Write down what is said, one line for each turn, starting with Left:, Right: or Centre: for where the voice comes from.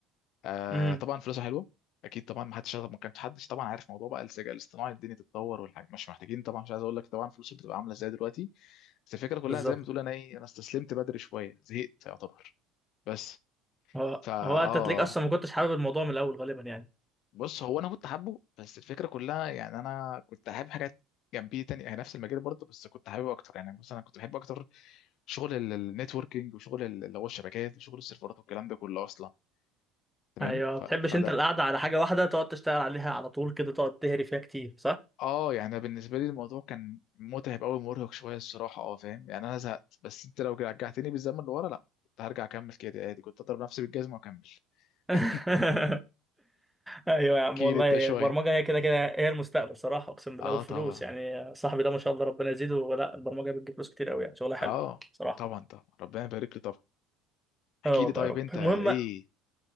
Left: آه
Centre: امم
Left: طبعا فلوسها حلوه اكيد طبعا ما حدش ما كانش حدش طبعا عارف موضوع بقى الذكاء الاصطناعي الدنيا تتطور والحاجه مش محتاجين طبعا مش عايز اقول لك طبعا فلوسه بتبقى عامله ازاي دلوقتي بس الفكره كلها
Centre: بالظبط
Left: زي ما بتقول انا ايه انا استسلمت بدري شويه زهقت يعتبر بس
Centre: هو
Left: فا
Centre: هو
Left: اه
Centre: انت تلاقيك اصلا ما كنتش حابب الموضوع من الأول غالبا يعني
Left: بص هو انا كنت حابه بس الفكره كلها يعني انا كنت حابب حاجات جنبيه تانية هي نفس المجال برضه بس كنت حابب اكتر يعني مثلا كنت بحب اكتر شغل النتوركينج وشغل ال- اللي هو الشبكات وشغل السيرفرات والكلام ده كله اصلا تمام
Centre: ايوه
Left: ف-
Centre: ما بتحبش
Left: فده
Centre: انت القعدة على حاجة واحدة تقعد تشتغل عليها على طول كده تقعد تهري فيها كتير
Left: اه يعني أنا بالنسبه لي الموضوع كان متعب قوي مرهق شويه الصراحه اه فاهم يعني انا زهقت بس انت لو رجعتني بالزمن لورا لا كنت هرجع اكمل كده عادي كنت اضرب نفسي بالجزمه واكمل
Centre: <laughs>
Left: <laughs>
Centre: ايوه يا عم
Left: احكي
Centre: والله
Left: لي انت شويه
Centre: البرمجه هي كده كده هي المستقبل صراحه اقسم بالله
Left: اه
Centre: والفلوس
Left: طبعا
Centre: يعني صاحبي ده ما شاء الله ربنا يزيده ولا البرمجه بتجيب فلوس كتير قوي يعني شغلها حلو
Left: اه
Centre: صراحه
Left: طبعا طبعا ربنا يبارك لي طبعا احكي
Centre: اه والله
Left: لي طيب
Centre: يا رب
Left: انت
Centre: المهم
Left: ايه